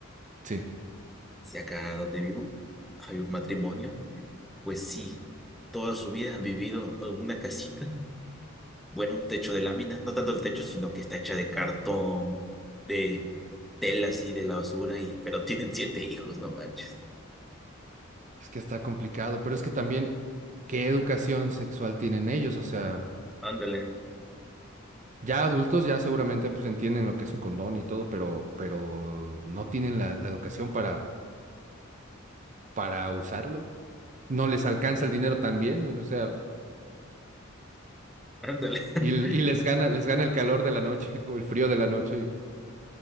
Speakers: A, on the right (about 35°); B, in the centre.
A: Sí,
B: Si acá donde vivo hay un matrimonio, pues sí, toda su vida han vivido en una casita Bueno, un techo de láminas, no tanto el techo, sino que está hecha de cartón, de tela así de la basura, y, pero tienen siete hijos, no manches.
A: es que está complicado, pero es que también, ¿qué educación sexual tienen ellos? O sea,
B: Ándale,
A: ya adultos ya seguramente pues entienden lo que es un condón y todo, pero, pero no tienen la, la educación para, para usarlo. No les alcanza el dinero también, o sea,
B: ándale. <laughs>
A: y, y les gana, les gana el calor de la noche <laughs> o el frío de la noche. y-